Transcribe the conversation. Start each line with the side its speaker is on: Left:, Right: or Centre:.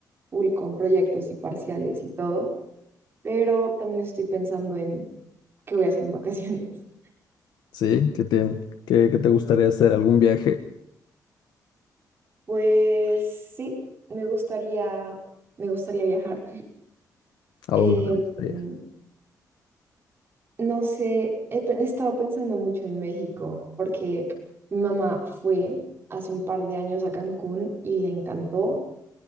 Right: full con proyectos y parciales y todo, pero también estoy pensando en qué voy a hacer en vacaciones. <laughs>
Left: Sí, ¿qué te, qué, qué te gustaría hacer? ¿Algún viaje?
Right: Pues sí, me gustaría, me gustaría viajar.
Left: ¿A
Right: Eh,
Left: dónde te gustaría?
Right: mm, no sé, he, pe- he estado pensando mucho en México porque mi mamá fue hace un par de años a Cancún y le encantó